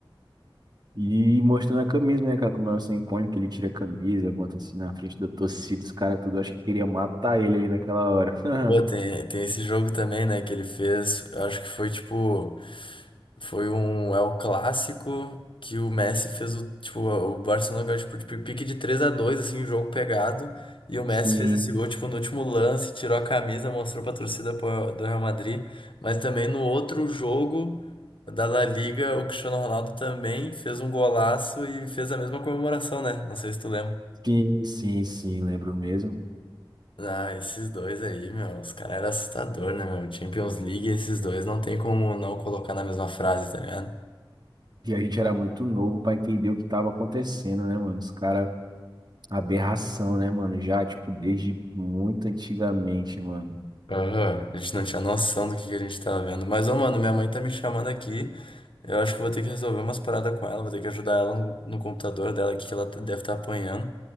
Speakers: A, on the right; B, on the left.
A: E mostrando a camisa, né? Aquela comemoração icônica que ele tira a camisa, bota assim na frente da torcida, os caras tudo. Acho que queria matar ele ali naquela hora. <laughs>
B: Pô, tem, tem esse jogo também, né, que ele fez. eu Acho que foi tipo. Foi um. É o clássico que o Messi fez o. Tipo, o Barcelona ganhou, tipo, de pique de três a dois assim, um jogo pegado. E o Messi
A: Sim,
B: fez esse gol, tipo, no último lance, tirou a camisa, mostrou pra torcida pô- do Real Madrid. Mas também no outro jogo da La Liga, o Cristiano Ronaldo também fez um golaço e fez a mesma comemoração, né? Não sei se tu lembra.
A: sim, sim, sim, lembro mesmo.
B: Ah, esses dois aí, meu, os caras eram assustador, né, meu? Champions League e esses dois não tem como não colocar na mesma frase, tá ligado?
A: E a gente era muito novo pra entender o que tava acontecendo, né, mano? Os caras Aberração, né, mano? Já, tipo, desde muito antigamente, mano.
B: Aham, a gente não tinha noção do que que a gente tava vendo. Mas, ô, mano, minha mãe tá me chamando aqui. Eu acho que eu vou ter que resolver umas paradas com ela, vou ter que ajudar ela no, no computador dela aqui, que ela tá- deve estar apanhando.